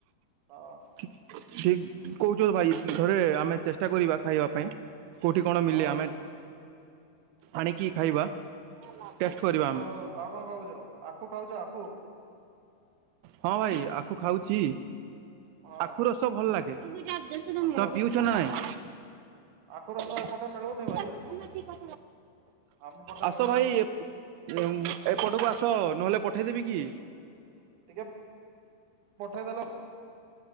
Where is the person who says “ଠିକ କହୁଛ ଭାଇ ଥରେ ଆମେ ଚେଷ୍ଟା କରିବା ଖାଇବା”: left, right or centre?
Right